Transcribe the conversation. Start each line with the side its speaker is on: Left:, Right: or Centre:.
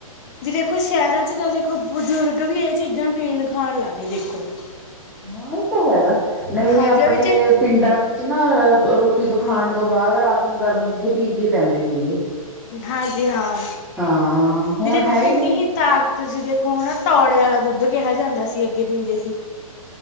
Left: ਵੀ ਦੇਖੋ ਸ਼ਹਿਰਾਂ ਚ ਤਾਂ ਦੇਖੋ ਬੁਜ਼ੁਰਗ ਵੀ ਇਹ ਚੀਜ਼ਾਂ ਪੀਣ ਖਾਣ ਲੱਗ ਗਏ ਦੇਖੋ। <unintelligible> <inaudible>
Centre: ਹਾ ਇਹ ਤਾਂ ਹੈਗਾ ਨਈ
Left: ਹਾਂਜੀ
Centre: ਆਪਣੇ
Left: ਆ ਵੀ ਜੇ
Centre: ਪਿੰਡਾਂ ਵਿੱਚ ਨਾ ਰੋ ਟੀ ਤੋਂ
Left: ਹਾਂਜੀ
Centre: ਖਾਣ
Left: ਹਾਂ
Centre: ਤੋਂ ਬਾਅਦ ਰਾਤ ਨੂੰ ਗਰਮ ਦੁੱਧ ਪੀ ਕੇ ਪੈਂਦੇ ਸੀਗੇ।
Left: ਹਾਂਜੀ ਹਾਂ
Centre: ਹਾਂ ਹੁਣ
Left: ਵੀ ਦੇਖੋ
Centre: ਹੈ
Left: ਕਿੰਨੀ
Centre: ਨਹੀਂ
Left: ਹੀ ਤਾਕ ਤੁਸੀਂ ਦੇਖੋ ਹੋਣਾ ਤੌੜੇ ਆਲੇ ਦੁੱਧ ਕਿਹਾ ਜਾਂਦਾ ਸੀ। ਪੀਂਦੇ ਸੀ